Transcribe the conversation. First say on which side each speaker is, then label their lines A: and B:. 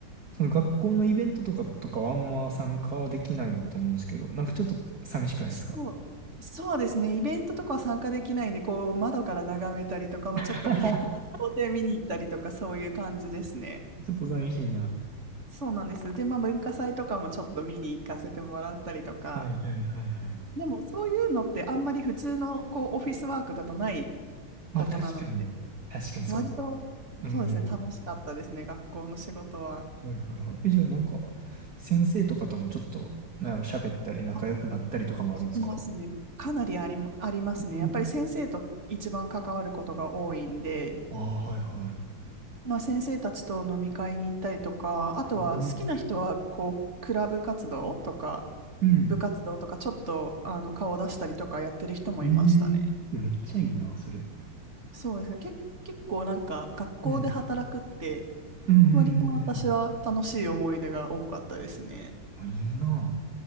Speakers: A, on the right; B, on the right.
A: その学校のイベントとかとかはあんま参加できないと思うんですけど、なんかちょっと寂しくないですか
B: そう、そうですね。イベントとかは参加できないんで、こう、窓から眺めたりとか、まあ、ちょっと見、
A: <laughs>
B: <laughs> 校庭見に行ったりとか、そういう感じですね。
A: ちょっと寂しいな。
B: そうなんです。で、まあ、文化祭とかもちょっと見に行かせてもらったりとか、
A: はいはいはいはい。
B: でも、そういうのってあんまり普通の、こう、オフィスワークだとない
A: まあ確かに、
B: ことなので、
A: 確かにそうかも。
B: 割と、
A: うん、
B: そうですね、楽しかったですね、学校の仕事は。
A: うん。はいはいはい。え、じゃあなんか、先生とかともちょっと、なんやろ、喋ったり仲良くなったりとかもあるんですか
B: あ、しますね。かなりありま、ありますね。
A: え
B: やっぱり先生と一番関わることが多いんで、
A: ああ、はいは
B: まあ、先生たちと飲み会に行ったりとか、あとは好きな人はこうクラブ活動とか
A: い。うんうん。
B: 部活動とかちょっとあの顔を出したりとかやってる人もいましたね。
A: ええめっちゃいいな、それ。
B: そうですね。け、結構なんか学校で働くって
A: うん。うんうんうんうん。
B: 割と私は楽しい思い出が多かったですね。
A: あ、いいな。